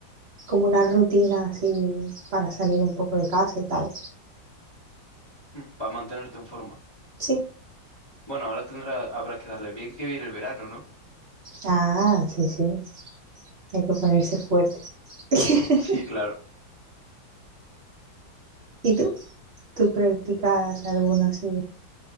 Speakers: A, on the right (about 60°); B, on the left (about 40°).
A: como una rutina así para salir un poco de casa y tal.
B: para mantenerte en forma.
A: Sí.
B: Bueno, ahora tendrá, habrá que darle bien que viene el verano, ¿no?
A: Ah, sí, sí. Hay que ponerse fuerte. <laughs>
B: Sí, claro.
A: ¿Y tú? ¿Tú practicas alguna así?